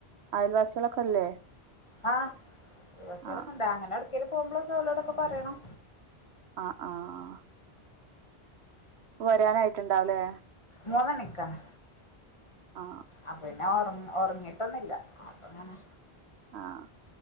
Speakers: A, on the right; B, on the left.
A: അയൽവാസികളൊക്കെ ഇല്ലേ
B: ആഹ അയൽവാസികൾ
A: ആ
B: ഒക്കെ ണ്ട് അങ്ങനെടു ഔഡ്ക്കേലും പോകുമ്പോളൊക്കെ ഓലോടൊക്കെ പറയണം
A: ആഹ് ആഹ് വരാനായിട്ടുണ്ടാവലേ
B: മൂന്നണിക്കാണ്
A: ആ
B: അപ്പ പിന്നെ ഉറ ഉറങ്ങിട്ടൊന്നില്ല അപ്പങ്ങനെ
A: ആഹ്